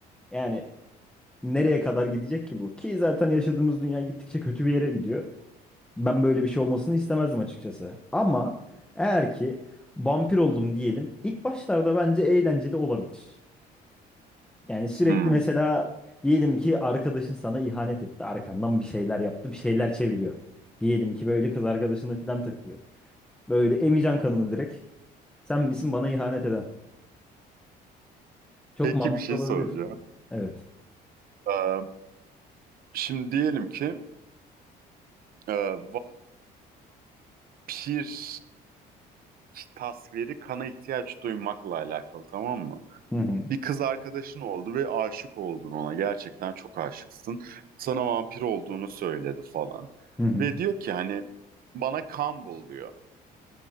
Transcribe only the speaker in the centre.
Yani nereye kadar gidecek ki bu? Ki zaten yaşadığımız dünya gittikçe kötü bir yere gidiyor. Ben böyle bir şey olmasını istemezdim açıkçası. Ama eğer ki vampir oldum diyelim, ilk başlarda bence eğlenceli olabilir. Yani sürekli
mesela diyelim ki arkadaşın sana ihanet etti. Arkandan bir şeyler yaptı, bir şeyler çeviriyor. Diyelim ki böyle kız arkadaşına falan takılıyor. Böyle emeceksin kanını direkt. Sen misin bana ihanet eden? Çok
mantıklı
olabilir.
Evet.
Hı hı.
Hı hı.